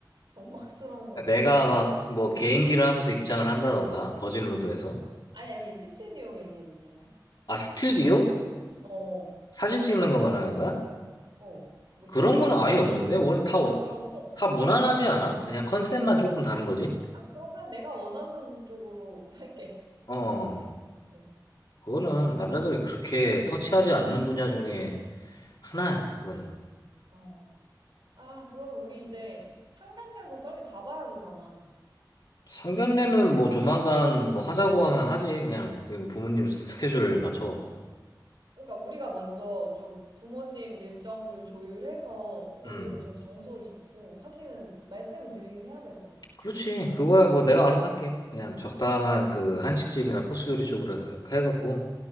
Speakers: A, on the right; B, on the left.
A: 경박스러운 건 어떤?
B: 내가 막 뭐 개인기를 하면서 입장을 한다던가 버진로드에서
A: 아니 아니 스튜디오 얘기했는데 나.
B: 아 스튜디오?
A: 어,
B: 사진 찍는 거 말하는 거야?
A: 어. 뭐
B: 그런
A: 인물
B: 거는
A: 중심이
B: 아예 없는데
A: 있고?
B: 원래 다, 어,
A: 아 그런 거 없어?
B: 다 무난하지 않아? 그냥 컨셉만 조금 다른 거지?
A: 아 그럼 그냥 내가 원하는 쪽으로 <laughs> 할게.
B: 어
A: 어.
B: 그거는 남자들이 그렇게 터치하지 않는 분야 중에 하나야 그거는
A: 어. 아, 그러면 우리 이제 상견례도 빨리 잡아야 되잖아.
B: 상견례는 뭐 조만간 뭐 하자고 하면
A: 음.
B: 하지 그냥 그 부모님 스케줄 맞춰갖고
A: 그러니까 우리가 먼저 좀 부모님 일정들 조율해서 어디로
B: 음
A: 좀 장소를 잡고 하기는 말씀을 드리긴 해야 될 것 같아.
B: 그렇지 그거야 뭐 내가 알아서 할게 그냥 적당한 그 한식집이나
A: 알겠어.
B: 코스 요리 쪽으로 해- 해갖고